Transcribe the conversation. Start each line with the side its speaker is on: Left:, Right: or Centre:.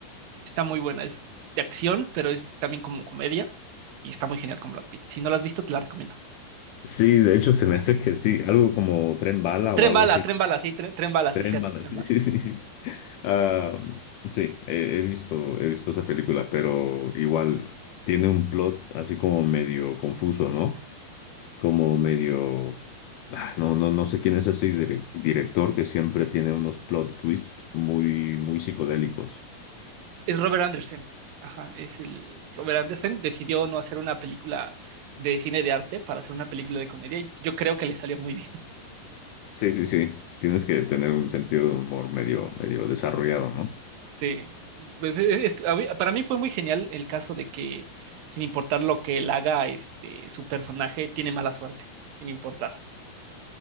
Right: Está muy buena, es de acción, pero es también como comedia y está muy genial con Brad Pitt. Si no la has visto, te la recomiendo.
Left: Sí, de hecho se me hace que sí, algo como Tren Bala o
Right: Tren
Left: algo
Right: bala,
Left: así.
Right: tren bala, sí, tren, tren bala,
Left: Tres
Right: sí, cierto,
Left: malas.
Right: tren
Left: <laughs>
Right: bala.
Left: Sí, sí, sí. Ah, sí, he, he visto, he visto esa película, pero igual tiene un plot así como medio confuso, ¿no? Como medio... ah, no, no, no sé quién es ese dire- director que siempre tiene unos plot twists muy, muy psicodélicos.
Right: Es Robert Anderson. Ajá, es el Robert Anderson. Decidió no hacer una película de cine de arte para hacer una película de comedia y yo creo que le salió muy bien.
Left: Sí, sí, sí. Tienes que tener un sentido de humor medio, medio desarrollado, ¿no?
Right: Sí, pues e- e, es que a mí- para mí fue muy genial el caso de que sin importar lo que él haga, este, su personaje tiene mala suerte, sin importar.